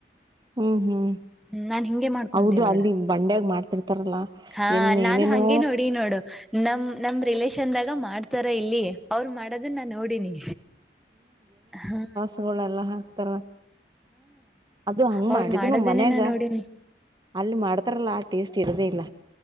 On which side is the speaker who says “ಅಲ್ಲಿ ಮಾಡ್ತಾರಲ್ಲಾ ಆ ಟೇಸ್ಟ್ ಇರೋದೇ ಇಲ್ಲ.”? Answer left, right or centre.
Right